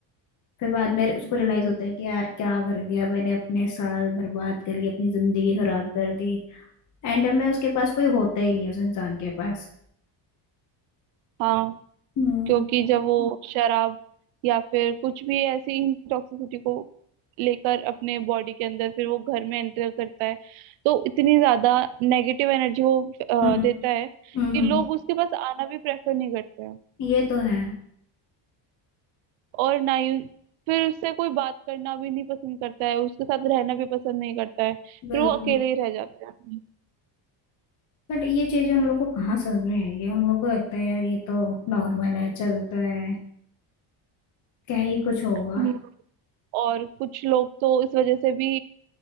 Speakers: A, on the left (about 40°); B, on the right (about 85°).
A: फिर बाद में उसको रियलाइज होता है कि यार क्या कर दिया मैंने अपने साल बर्बाद कर लिए अपनी जिंदगी खराब कर दी एंड में उसके पास कोई होता ही नहीं है उस इंसान के पास
B: हाँ
A: हम्म
B: क्योंकि जब वो शराब या फिर कुछ भी ऐसी टॉक्सिसिटी को लेकर अपने बॉडी के अंदर फिर वो घर में एंटर करता है तो इतनी ज्यादा नेगेटिव एनर्जी वो अ,
A: हम्म
B: देता
A: हम्म
B: है कि
A: हम्म,
B: लोग उसके पास आना भी प्रेफर नहीं करते
A: ये तो है
B: और ना ही फिर उससे कोई बात करना भी नहीं पसंद करता है उसके साथ रहना भी पसंद नहीं करता है फिर
A: बिल्कुल
B: वो अकेले ही रह जाता है
A: बट ये चीजें उन लोग को कहाँ समझ में आएगी उन लोग को लगता है यार ये तो नॉर्मल है चलता है क्या ही कुछ होगा
B: हम्म, और कुछ लोग तो इस वजह से भी